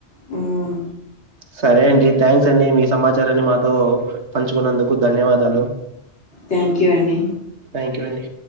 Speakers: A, on the left; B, on the right.
A: హ్మ్
B: సరే అండి థ్యాంక్స్ అండి మీ సమాచారాన్ని మాతో పంచుకున్నందుకు ధన్యవాదాలు.
A: థ్యాంక్ యూ అండి
B: థ్యాంక్ యూ నందిని